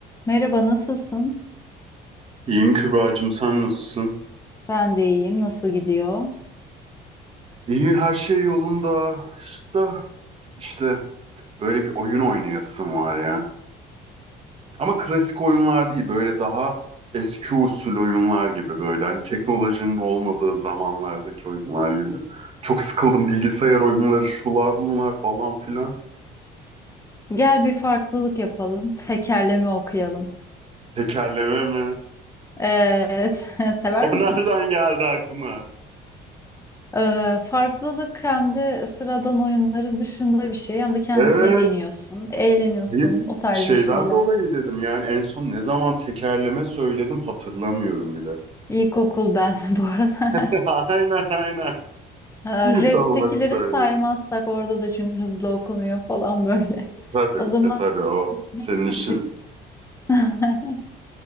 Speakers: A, on the left; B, on the right.
A: Merhaba, nasılsın?
B: İyiyim Kübra'cığım sen nasılsın?
A: Ben de iyiyim. Nasıl gidiyor?
B: İyi her şey yolunda. İşte, işte böyle bir oyun oynayasım var ya. Ama klasik oyunlar değil böyle daha eski usul oyunlar gibi böyle. Hani teknolojinin olmadığı zamanlardaki oyunlar gibi. Çok sıkıldım bilgisayar oyunları şular bunlar falan filan.
A: Gel bir farklılık yapalım. <laughs> Tekerleme okuyalım.
B: Tekerleme mi?
A: Evet, <laughs> sever
B: O
A: misin?
B: nereden geldi aklıma?
A: Ee, farklılık hem de sıradan oyunların dışında bir şey. Hem de kendini
B: Evet.
A: deniyorsun, eğleniyorsun,
B: Bir
A: o tarz
B: şeyden
A: bir şeyler.
B: dolayı dedim yani en son ne zaman tekerleme söyledim hatırlamıyorum bile.
A: İlkokul ben <laughs> bu arada.
B: <laughs> Aynen aynen.
A: Ee,
B: <laughs>
A: Rap'tekileri
B: Tamam hadi söyleyelim.
A: saymazsak orada da çünkü hızlı okunuyor falan böyle.
B: Tabii.
A: O zaman
B: E tabii o
A: ne
B: senin
A: katıyor?
B: işin.
A: <laughs>